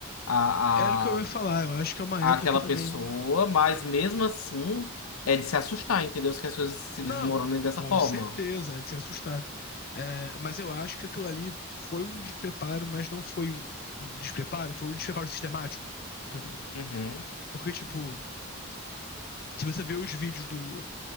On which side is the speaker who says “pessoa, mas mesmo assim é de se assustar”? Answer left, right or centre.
Left